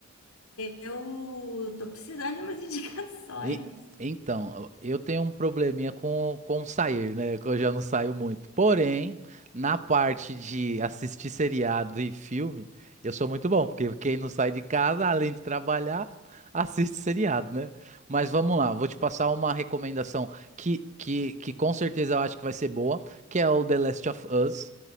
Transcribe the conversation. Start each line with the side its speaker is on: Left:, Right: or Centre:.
Left: eu tô precisando de umas <laughs> indicações.
Right: E- então, eu tenho um probleminha com, com sair, né? Que eu já não saio muito. Porém, na parte de assistir seriado e filme, eu sou muito bom, porque quem não sai de casa, além de trabalhar, assiste seriado, né? Mas vamos lá, vou te passar uma recomendação que, que, que com certeza eu acho que vai ser boa, que é o The Last of Us.